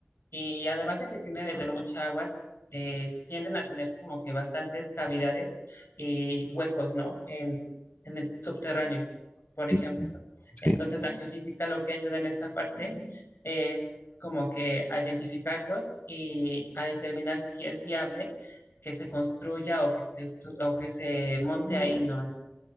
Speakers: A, on the left (about 65°); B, on the left (about 40°).
A: Y además de que tiene de tener mucha agua, eh, tienden a tener como que bastantes cavidades y huecos, ¿no? En, en el subterráneo, por ejemplo.
B: mm, mm.
A: Entonces,
B: Sí,
A: la geofísica lo que ayuda en esta parte es como que a identificarlos y a determinar si es viable que se construya o que se, su- o que se monte ahí, ¿no?